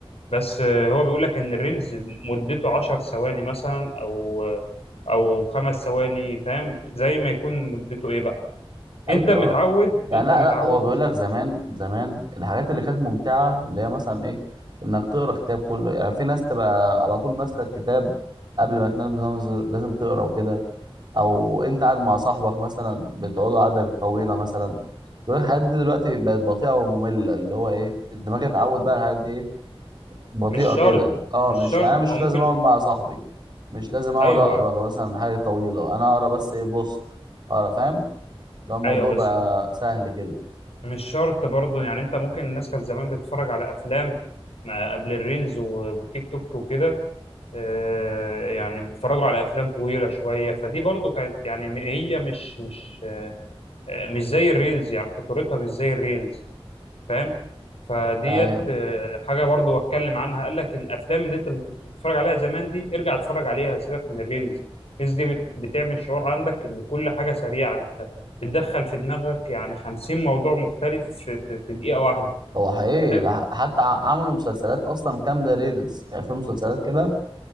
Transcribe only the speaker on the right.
ايوه
اه يعني
لا
لا هو بيقول
لك زمان زمان الحاجات اللي كانت ممتعه اللي هي مثلا ايه انك تقرا كتاب كله يعني في ناس تبقى على طول ماسكه الكتاب قبل ما تنام لازم لازم تقرا وكده او انت قاعد مع صاحبك مثلا بتقعدوا قعده طويله مثلا بيقول لك الحاجات دي دلوقتي بقت بطيئه وممله اللي هو ايه الدماغ اتعود بقى على الحاجات دي إيه، بطيئة
كده اه
مش
يعني أنا مش
لازم اقعد مع صاحبي مش لازم اقعد
اقرا مثلا من حاجة طويلة انا اقرا بس ايه بوست اقرا فاهم ده الموضوع
بقى سهل كده
ايوه
هو حقيقي
ده ح- حتى ع- عملوا مسلسلات اصلا كاملة ريلز يعني في مسلسلات كده